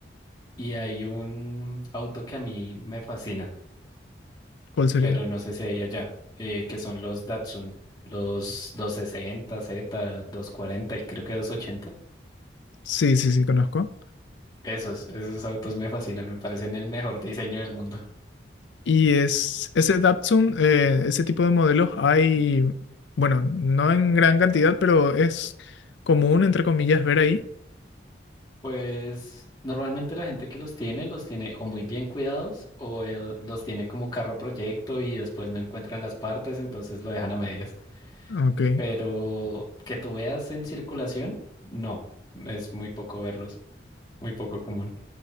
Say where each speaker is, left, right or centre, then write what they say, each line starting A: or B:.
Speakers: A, on the left; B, on the left.
A: Y hay un auto que a mí me fascina,
B: ¿Cuál sería?
A: pero no sé si hay allá, eh, que son los Datsun, los 260 Z, 240 y creo que 280.
B: Sí, sí, sí, conozco.
A: Esos, esos autos me fascinan, me parecen el mejor diseño del mundo.
B: Y es ese Datsun, eh, ese tipo de modelos hay, bueno, no en gran cantidad, pero es común, entre comillas, ver ahí.
A: Pues normalmente la gente que los tiene los tiene o muy bien cuidados o eh, los tiene como carro proyecto y después no encuentran las partes, entonces lo dejan a medias.
B: Ok.
A: Pero que tú veas en circulación, no, es muy poco verlos, muy poco común.